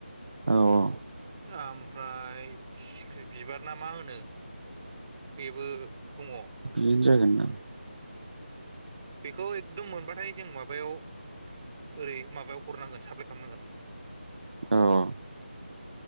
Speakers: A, on the right; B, on the right.
A: औ औ
B: ओमफ्राय सिख्रि बिबार ना मा होनो बे बो दङ ओ
A: बिदिनो जागोन दां
B: बेखौ एकदम मोनबाथाय जों माबायाव ओरै माबायाव हरनांगोन साप्लाय खामनांगोन।
A: औ औ